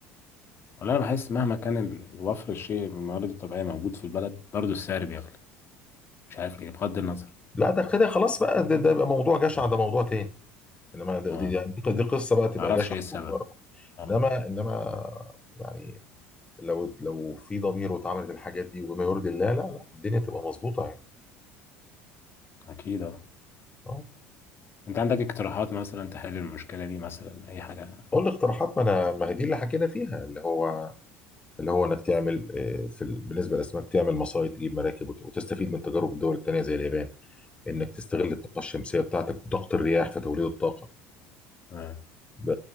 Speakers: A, on the left; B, on the left.
A: والله انا بحس مهما كان ال- وفر الشيء من الموارد الطبيعيه موجود في البلد برضه السعر بيغلى مش عارف ليه بغض النظر
B: لا ده كده خلاص بقى ده, ده بقى موضوع جشع
A: اه
B: ده موضوع تاني انما ده
A: آه.
B: دي, يعني دي دي قصه بقى تبقى
A: تعرفش
B: جشع
A: ايه السبب
B: وتجاره
A: اه
B: انما انما يعني لو لو في ضمير واتعملت الحاجات دي وبما يرضي الله لا لا الدنيا تبقى مظبوطه يعني
A: اكيد اه
B: اه
A: انت عندك اقتراحات مثلا تحل المشكلة دي مثلا اي حاجة
B: قول لي اقتراحات ما انا ما هي دي اللي حكينا فيها اللي هو اللي هو انك تعمل آه، في ال- بالنسبه للاسماك تعمل مصايد تجيب مراكب وت- وتستفيد من تجارب الدول التانيه زي اليابان انك تستغل
A: اه
B: الطاقه الشمسيه بتاعتك وطاقه الرياح في توليد الطاقه
A: تمام
B: ب-